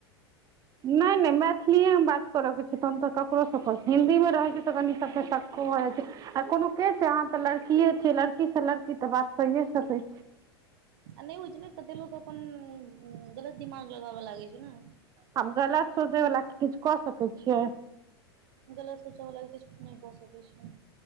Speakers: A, on the right; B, on the right.
A: नहि नहि मैथिलि एमे बात करऽके छै तहन तऽ ककरोसँ हिन्दीमे रहै छै तऽ कनि सबके सक्को भऽ जाइ छै आ कोनो के छै अहाँ तऽ लड़कीे छियै लड़की से लड़की तऽ बात करे सकैत छी
B: आ नहि होइ छै ने कते लोक अपन गलत दिमाग लगाबऽ लागैत छै ने
A: हम गलत सोचै वला के किछु कऽ सकैत छियै
B: गलत सोचऽ बला किछ नहि कऽ सकै छिए